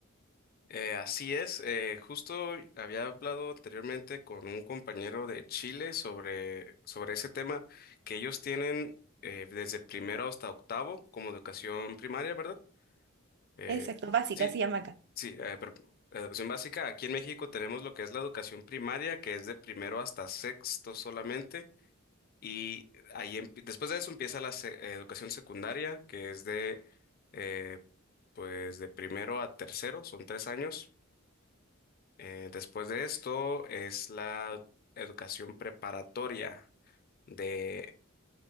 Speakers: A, on the left; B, on the right.
A: Eh, así es, eh, justo había hablado anteriormente con un compañero de Chile sobre, sobre ese tema que ellos tienen eh, desde primero hasta octavo como educación primaria, ¿verdad? Eh,
B: Exacto, básica
A: sí,
B: se llama acá.
A: sí, eh, pero la educación básica. Aquí en México tenemos lo que es la educación primaria, que es de primero hasta sexto solamente, y ahí empie- después de eso empieza la se- eh, educación secundaria, que es de eh, pues de primero a tercero, son tres años. Eh, después de esto es la educación preparatoria de